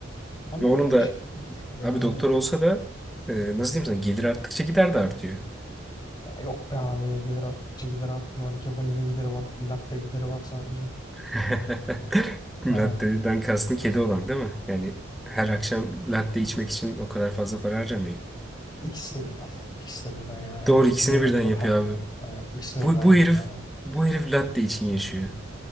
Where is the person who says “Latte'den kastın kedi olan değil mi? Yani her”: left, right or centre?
Centre